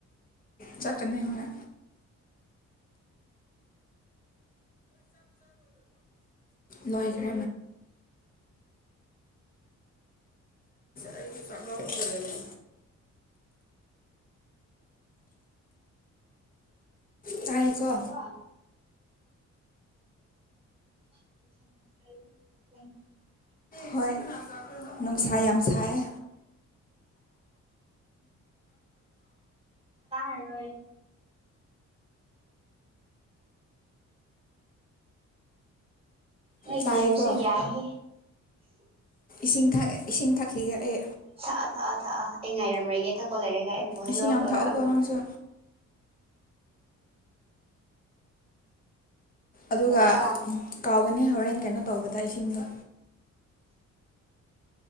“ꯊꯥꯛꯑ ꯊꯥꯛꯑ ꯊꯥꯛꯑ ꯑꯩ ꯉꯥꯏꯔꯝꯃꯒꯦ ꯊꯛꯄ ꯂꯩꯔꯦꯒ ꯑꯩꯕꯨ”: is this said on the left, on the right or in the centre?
Right